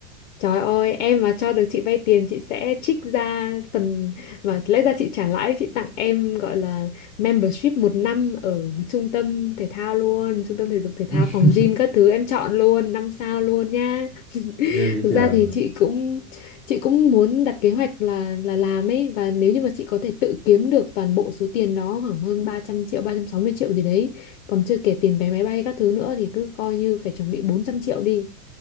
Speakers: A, on the left (about 60°); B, in the centre.
A: Trời ơi, em mà cho được chị vay tiền chị sẽ trích ra phần mà lẽ ra chị trả lãi chị tặng em gọi là membership một năm ở trung tâm thể thao luôn, trung tâm thể dục thể thao
B: <laughs>
A: phòng gym các thứ em chọn luôn, năm sao luôn nha.
B: ghê vậy
A: Thực
B: trời
A: ra thì chị cũng chị cũng muốn đặt kế hoạch là là làm ấy và nếu như mà chị có thể tự kiếm được toàn bộ số tiền đó khoảng hơn 300 triệu, 360 triệu gì đấy, còn chưa kể tiền vé máy bay các thứ nữa thì cứ coi như phải chuẩn bị 400 triệu đi